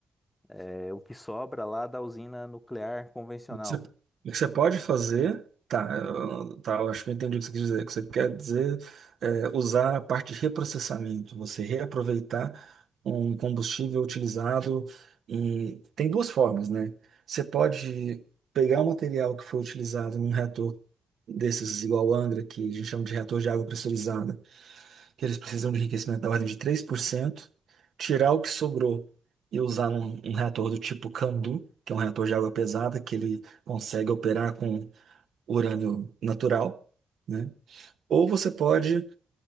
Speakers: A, on the left; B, on the right.
A: é, o que sobra lá da usina nuclear convencional.
B: O que você, o que você pode fazer, tá, eu, tá, eu acho que eu entendi o que você quer dizer. O que você quer dizer é usar a parte de reprocessamento, você reaproveitar um combustível utilizado e tem duas formas, né? Você pode pegar o material que foi utilizado num reator desses igual Angra, que a gente chama de reator de água pressurizada, que eles precisam de enriquecimento da ordem de 3%, tirar o que sobrou e usar num, um reator do tipo Candu, que é um reator de água pesada, que ele consegue operar com urânio natural, né? Ou você pode